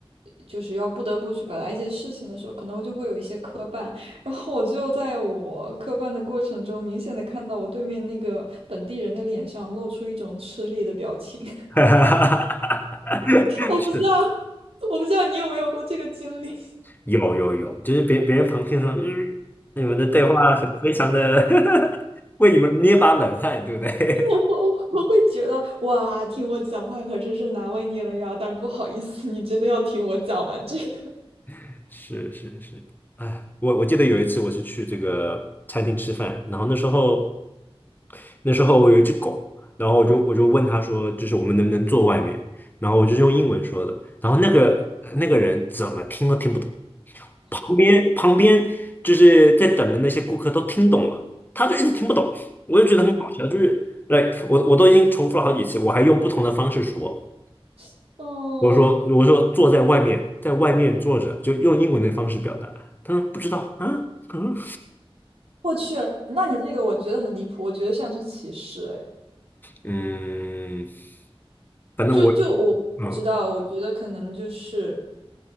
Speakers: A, on the right; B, on the left.
A: 就是要不得不去表达一些事情的时候，可能我就会有一些磕绊，然后我就在我磕绊的过程中，明显的看到我对面那个本地人的脸上露出一种吃力的表情，<laughs>
B: <laughs> 是
A: 我不知道，我不知道你有没有过这个经历。
B: 有有有，就是别别人旁听说，嗯，你们的对话很非常的 <laughs> 为你们捏把冷汗，对不对？
A: 我我我会觉得哇，听我讲话可真是难为你了呀！但是不好意思，你真的要听我讲完这个。
B: <laughs> 是是是，哎，我我记得有一次我是去这个餐厅吃饭，然后那时候。那时候我有一只狗，然后我就我就问他说，就是我们能不能坐外面？然后我就是用英文说的，然后那个呃那个人怎么听都听不懂，旁边旁边就是在等的那些顾客都听懂了，他就一直听不懂，我就觉得很搞笑，就是，like 我我都已经重复了好几次，我还用不同的方式说，
A: <laughs> 哦，
B: 我说我说坐在外面，在外面坐着，就用英文的方式表达，他说不知道啊，<laughs> 嗯
A: 我去，那你这个我觉得很离谱，我觉得像是歧视。哎，
B: 嗯，反正我
A: 就就我不知道，
B: 嗯。
A: 我觉得可能就是，